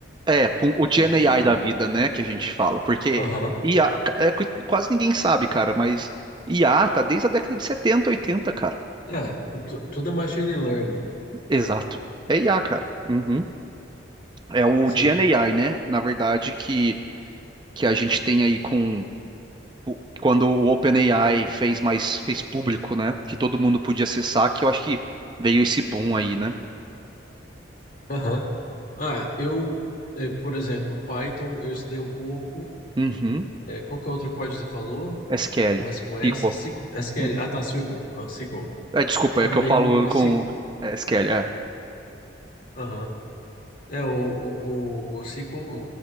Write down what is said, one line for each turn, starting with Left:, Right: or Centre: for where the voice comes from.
Right: É, com o Gen
Left: E,
Right: AI da vida, né, que a gente fala, porque
Left: aham,
Right: IA, é, cu- quase ninguém sabe, cara, mas IA tá desde a década de 70, 80, cara.
Left: é, tu- tudo é machine learning,
Right: Exato. É IA, cara. Uhum. É o
Left: sim.
Right: Gen AI, né, na verdade, que, que a gente tem aí com o- quando o OpenAI fez mais, fez público, né, que todo mundo podia acessar, que eu acho que veio esse boom aí, né?
Left: Aham. Ah, eu, eh, por exemplo, Python eu estudei um pouco,
Right: Uhum.
Left: É, qual que é outro código que você falou?
Right: SQL,
Left: Que começa com S?
Right: SQL.
Left: SQL? SQL.
Right: Uhum.
Left: Ah, tá, SQL. Ah, SQL.
Right: É, desculpa,
Left: Também
Right: é que eu falo
Left: esse.
Right: com é, SQL, é.
Left: Aham. É, o, o, o SQL, eu